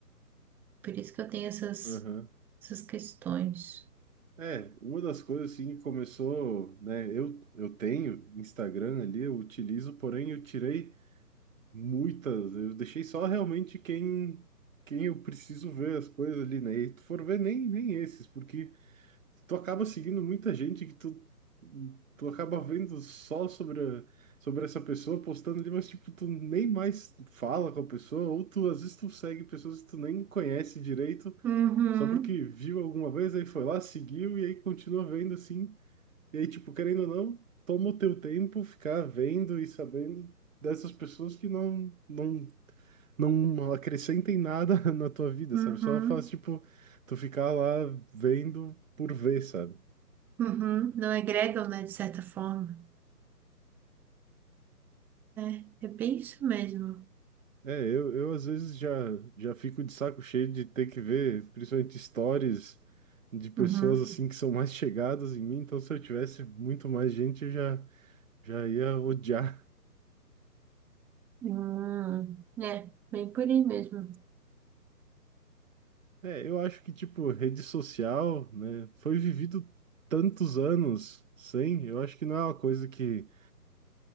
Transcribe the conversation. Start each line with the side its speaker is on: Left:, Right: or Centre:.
Centre: Por isso que eu tenho essas,
Right: Aham.
Centre: essas questões.
Right: É, uma das coisas assim que começou, né? Eu, eu tenho Instagram ali, eu utilizo, porém eu tirei muitas, eu deixei só realmente quem quem eu preciso ver as coisas ali, né? E tu for ver nem, nem esses, porque tu acaba seguindo muita gente que tu tu acaba vendo só sobre a- sobre essa pessoa postando ali, mas tipo, tu nem mais fala com a pessoa, ou tu às vezes tu segue pessoas que tu nem conhece direito.
Centre: Uhum,
Right: Só porque viu alguma vez, aí foi lá, seguiu e aí continua vendo assim. E aí, tipo, querendo ou não, toma o teu tempo ficar vendo e sabendo dessas pessoas que não não não acrescentem nada <laughs> na tua vida,
Centre: uhum,
Right: sabe? Só faz tipo tu ficar lá vendo por ver, sabe?
Centre: uhum. Não agregam, né? De certa forma. É, é bem isso mesmo.
Right: É, eu, eu às vezes já já fico de saco cheio de ter que ver, principalmente stories de pessoas
Centre: Uhum.
Right: assim que são mais chegadas em mim, então se eu tivesse muito mais gente, eu já já ia odiar.
Centre: Hum, é, bem por aí mesmo.
Right: É, eu acho que, tipo, rede social, né, foi vivido tantos anos sem, eu acho que não é uma coisa que